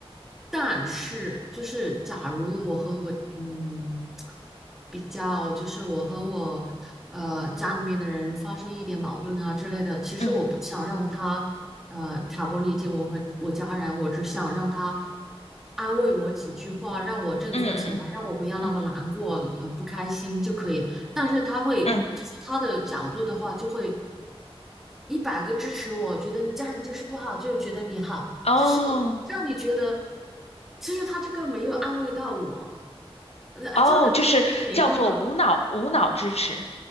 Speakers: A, in the centre; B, on the left.
A: 但是就是假如我和我嗯比较，就是我和我呃家里面的人发生一点矛盾啊之类的，其实我不想让他呃挑拨离间我和我家人，
B: 嗯
A: 我只想让他安慰我几句话，让我振作起来，
B: 嗯嗯
A: 让我不要那么难过呃不开心就可以。
B: 嗯
A: 但是他会就是他的角度的话，
B: 嗯，
A: 就会一百个支持我，觉得你家人就是不好，就是觉得你好。
B: 哦
A: 就是让你觉得，其实他这个没有安慰到我，那呃就是你能明白吗？
B: 哦，就是叫做无脑无脑支持，